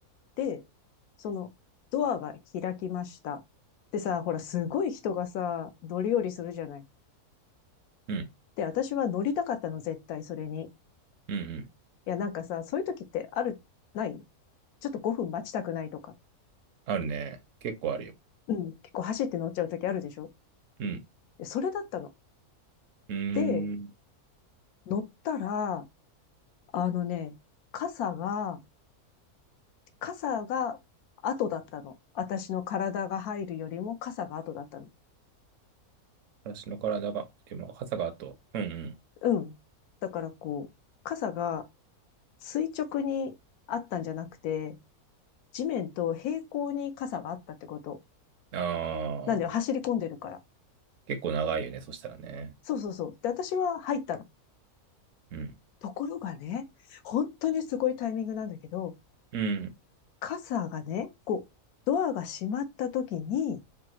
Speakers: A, on the left (about 75°); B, on the right (about 65°).
A: で、その、ドアが開きました。でさ、ほら、すごい人がさ、乗り降りするじゃない。
B: うん、
A: で、私は乗りたかったの、絶対、それに。い
B: うん、うん。
A: や、なんかさ、そういう時ってある、ないちょっと5分待ちたくないとか。
B: あるね。結構あるよ。
A: うん、結構走って乗っちゃう時あるでしょ
B: うん、
A: で、それだったの。
B: うーん。
A: で、乗ったら、あのね、傘が、傘が後だったの。私の体が入るよりも傘が後だったの。
B: 私の体が、でも、傘があと、うん、
A: うん。だからこう、傘が垂直にあったんじゃなくて、地面と平行に傘があったってこと。
B: うん。あ
A: なんだよ、走り込んでるから。
B: ー、結構長いよね、そしたらね。
A: そうそうそう。で、私は入ったの。
B: うん、
A: ところがね、本当にすごいタイミングなんだけど、
B: うん。
A: 傘がね、こう、ドアが閉まった時に、